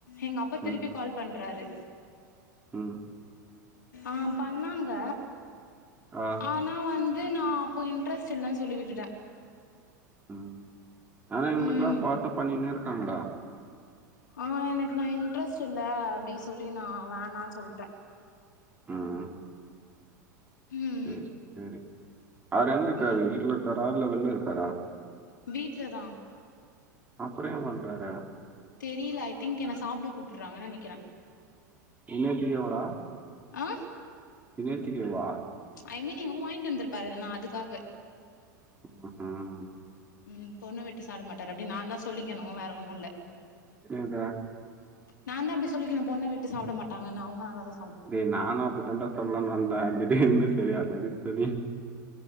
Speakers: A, on the left (about 75°); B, on the right (about 15°).
A: எங்கப்பா திருப்பி
B: ம்,
A: கால் பண்றாரு
B: ம்
A: ஆ பண்ணாங்க
B: ஆ
A: ஆனா வந்து நா அப்போ இன்ட்ரெஸ்ட் இல்லைன்னு சொல்லிவிட்டுட்டே
B: ம் ஆனா எங்களுக்கெல்லா
A: ம்
B: பார்ட்டு பண்ணினே இருக்காங்கடா
A: ஆ எனக்கு நா இன்ட்ரெஸ்ட் இல்ல அப்படி சொல்லி நா வேணான்னு சொல்ட்டே
B: ம்
A: ம்
B: சரி சரி அவரு எங்க இருக்காரு
A: என்ன
B: வீட்ல இருக்காரா இல வெள்ள இருக்காரா
A: வீட்ல தா
B: அப்பற ஏ பண்றாரு
A: தெரியல ஐ திங்க் என்ன சாப்பட கூப்புறாங்கன்னு நெனக்கிறே
B: இன்னேத்திக வடா
A: ஆ
B: இனைத்திகவ
A: ஐ மீன் எங்க வாங்கிட்டு வந்திருப்பாரு நா அதுக்காக
B: ம் ம் ம்
A: ம் பொண்ணு விட்டு சாட மாட்டாரு அப்டி நாந்தா சொல்லிக்கணு வேற ஒன்னுல்ல
B: சொல்றா
A: நா தா அப்டி சொல்லிக்கணு பொண்ண விட்டு சாப்ட மாட்டாங்கன்னு அவுங்க நல்ல தா
B: டேய் நானு அப்ப தண்டா சொல்லானு வந்தே இதுலேயே இருந்து செரி அது எதுக்கு செரி